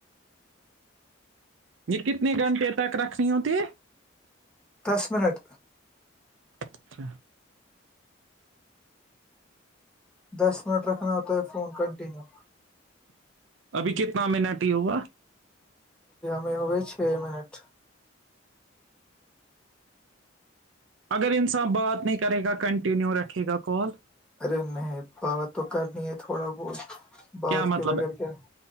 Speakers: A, on the right (about 70°); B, in the centre.
A: یہ کتنے گھنٹے تک رکھنی ہوتی
B: دس منٹ
A: اچھ
B: دس منٹ رکھنا ہوتا ہے فون کنٹینیو
A: ابھی کتنا منٹ ہی ہوگا
B: میں ہو چھ منٹ
A: اگر انسان بات نہیں کرے گا کنٹینیو رکھے گا کال
B: ارے نہیں بات تو کرنی ہے تھوڑا بہت بات
A: کیا مطلب
B: کے بغیر کیا